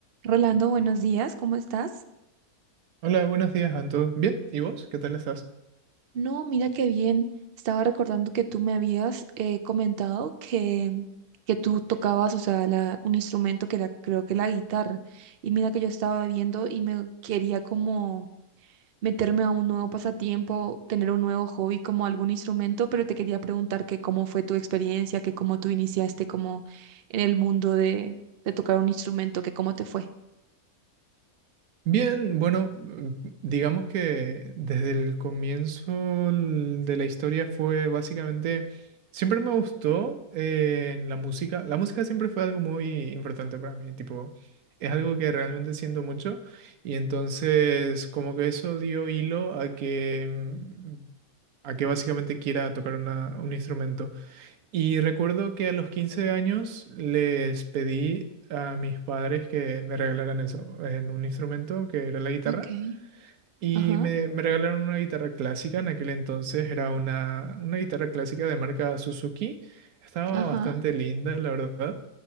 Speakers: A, on the right (about 60°); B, on the right (about 75°).
A: Rolando, buenos días, ¿cómo estás?
B: Hola, buenos días, Anto. Bien, ¿y vos? ¿Qué tal estás?
A: No, mira qué bien. Estaba recordando que tú me habías eh, comentado que, que tú tocabas, o sea, la- un instrumento que era, creo que la guitarra. Y mira que yo estaba viendo y me quería como meterme a un nuevo pasatiempo, tener un nuevo hobby como algún instrumento, pero te quería preguntar que cómo fue tu experiencia, que cómo tú iniciaste como en el mundo de, de tocar un instrumento, que cómo te fue.
B: Bien, bueno, mm, digamos que desde el comienzo l- de la historia fue básicamente, siempre me gustó eh, en la música. La música siempre fue algo muy importante para mí, tipo, es algo que realmente siento mucho y entonces como que eso dio hilo a que, mm, a que básicamente quiera tocar una- un instrumento. Y recuerdo que a los 15 años les pedí a mis padres que me regalaran eso, en un instrumento que era la guitarra.
A: Ok,
B: Y
A: Ajá,
B: me, me regalaron una guitarra clásica, en aquel entonces era una, una guitarra clásica de marca Suzuki, estaba
A: ajá,
B: bastante linda, la verdad.